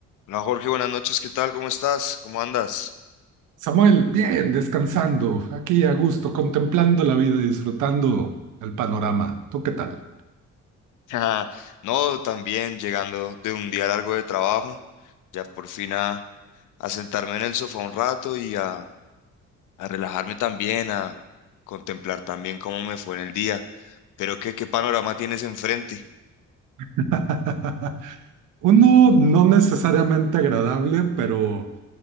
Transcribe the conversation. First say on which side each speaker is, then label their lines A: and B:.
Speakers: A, on the left; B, on the right.
A: No, Jorge, buenas noches, ¿qué tal? ¿Cómo estás? ¿Cómo andas?
B: Samuel, bien, descansando, aquí a gusto, contemplando la vida y disfrutando el panorama. ¿Tú qué tal?
A: <laughs> No, también llegando de un día largo de trabajo, ya por fin a, a sentarme en el sofá un rato y a, a relajarme también, a contemplar también cómo me fue en el día. Pero qué, qué panorama tienes enfrente.
B: <laughs> Uno no necesariamente agradable, pero